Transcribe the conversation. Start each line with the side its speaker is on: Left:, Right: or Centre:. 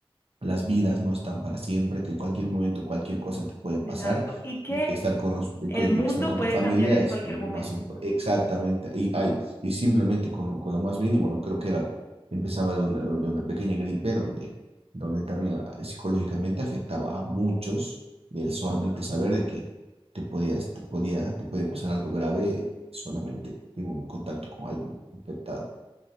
Right: las vidas no están para siempre, que en cualquier momento cualquier cosa te puede pasar
Left: exacto. Y que
Right: y que estar con los, y
Left: el
Right: que
Left: mundo
Right: estar con
Left: puede
Right: tu familia
Left: cambiar en
Right: es
Left: cualquier
Right: eh,
Left: momento.
Right: lo más importante. Exactamente, y, ay, y simplemente con lo, con lo más mínimo, ¿no? Creo que era, empezaba de una, de una de una pequeña gripe donde, donde también ah, psicológicamente afectaba a muchos el solamente saber de que te podías, te podía, te puede pasar algo grave solamente en un contacto con alguien infectado.